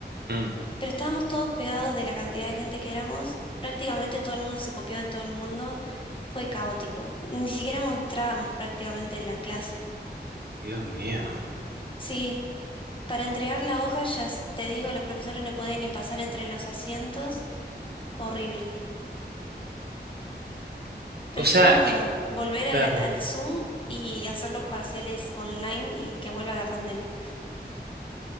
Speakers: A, on the right; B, on the left.
A: Mm,
B: Pero estábamos todos pegados de la cantidad de gente que éramos. Prácticamente todo el mundo se copió de todo el mundo. Fue caótico. Ni siquiera entrábamos prácticamente en la clase.
A: Dios mío.
B: Sí, para entregar la hoja, ya s- te digo, los profesores no podían ni pasar entre los asientos. Horrible. Prefiero
A: O sea, que,
B: volver al,
A: claro.
B: al Zoom y hacer los parciales online y que vuelva la pandemia.